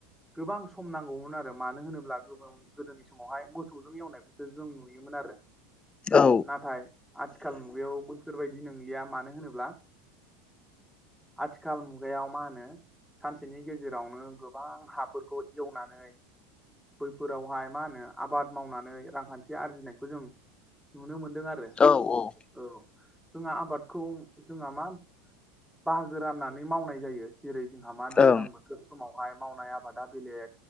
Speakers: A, in the centre; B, on the left.
A: गोबां सम नांगौमोन आरो मानो होनोब्ला गोबावनि गोदोनि समावहाय मोसौजों एवनायखौसो जों नुयोमोन आरो
B: औ
A: नाथाय आथिखाल मुगायाव बैफोरबायदि नंलिया मानो होनोब्ला आथिखाल मुगायाव मा होनो सानसेनि गेजेराव जेरावनो गोबां हाफोरखौ एवनानै बैफोरावहाय मा होनो आबाद मावनानै रांखान्थि आरजिनायखौ जों नुनो मोनदों आरो
B: औ
A: औ जोंहा आबादखौ जोंहा मा बाहागो राननानै मावनाय जायो जेरै जोंहा मा दैज्लांबो
B: औ ओं
A: समावहाय मावनाय आबादा बेलेग